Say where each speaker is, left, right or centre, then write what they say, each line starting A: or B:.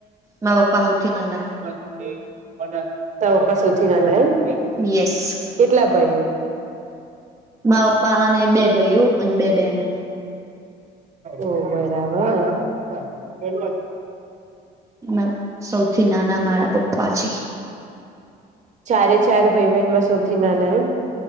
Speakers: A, on the right; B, on the right.
A: મા પપ્પા હઉથી નાના.
B: <unintelligible> તારા પપ્પા સૌથી નાના એમ.
A: યેશ.
B: કેટલા ભાઈઓ
A: મા અપ્પા અને બે ભઈઓ અને બે બેનો.
B: ઓ બરાબર. <unintelligible>
A: નમ સૌથી નાના મારા પપ્પા છે.
B: ચારે ચાર ભઈ બેનમાં સૌથી નાના એમ?